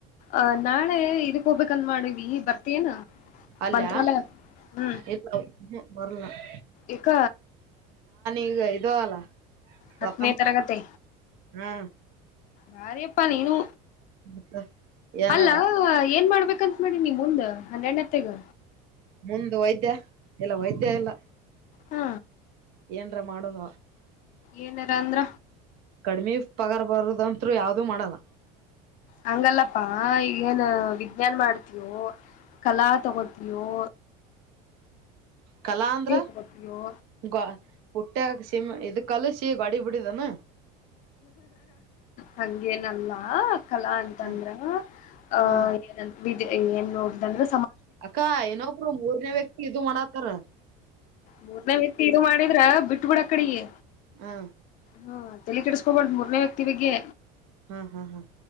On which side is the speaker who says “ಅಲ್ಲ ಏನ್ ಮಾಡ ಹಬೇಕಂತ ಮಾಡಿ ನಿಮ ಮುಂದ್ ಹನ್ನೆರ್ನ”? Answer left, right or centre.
Left